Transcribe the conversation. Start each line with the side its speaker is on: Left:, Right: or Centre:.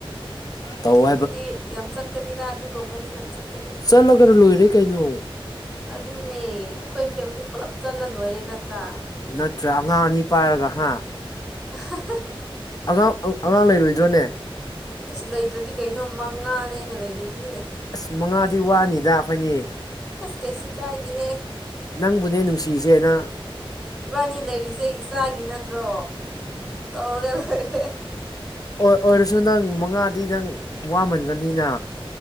Left: ꯇꯧ
Centre: ꯑꯗꯨꯗꯤ ꯌꯥꯝ ꯆꯠꯀꯅꯤꯗ ꯑꯗꯨꯒꯨꯝꯕꯗꯤ ꯌꯥꯝ ꯆꯠꯀꯅꯤ
Left: ꯆꯠꯂꯒꯅ ꯂꯣꯏꯔꯦ ꯀꯩꯅꯣ
Centre: ꯑꯗꯨꯅꯦ ꯑꯩꯈꯣꯏ ꯐꯦꯃꯤꯂꯤ ꯄꯨꯜꯂꯞ ꯆꯠꯂ ꯂꯣꯏꯔꯦ ꯅꯠꯇ꯭ꯔꯥ
Left: ꯅꯠꯇ꯭ꯔꯥ ꯑꯉꯥꯡ ꯑꯅꯤ ꯄꯥꯏꯔꯒ ꯍꯥ
Centre: <unintelligible>
Left: ꯑꯉꯥꯡ ꯑꯉꯥꯡ ꯂꯩꯔꯣꯏꯗ꯭ꯔꯣꯅꯦ
Centre: ꯏꯁ ꯂꯩꯇ꯭ꯔꯗꯤ ꯀꯩꯅꯣ ꯃꯉꯥꯅꯦ ꯑꯩꯅ ꯂꯩꯗꯣꯏꯁꯦ
Left: ꯑꯁ ꯃꯉꯥꯗꯤ ꯋꯥꯅꯤꯗ ꯑꯩꯈꯣꯏꯅꯤ
Centre: ꯑꯁ ꯀꯩꯁꯨ ꯀꯥꯏꯗ ꯍꯦ
Left: ꯅꯪꯕꯨꯅꯦ ꯅꯨꯡꯁꯤꯁꯦꯅ
Centre: ꯏꯕꯥꯟꯅꯤ ꯂꯩꯔꯤꯁꯦ ꯏꯆꯥꯒꯤ ꯅꯠꯇ꯭ꯔꯣ ꯇꯧꯔꯒ ꯂꯣꯏꯔꯦ
Left: ꯑꯣ ꯑꯣꯏꯔꯁꯨ ꯅꯪ ꯃꯉꯥꯗꯤ ꯅꯪ ꯋꯥꯃꯟꯒꯅꯤꯅ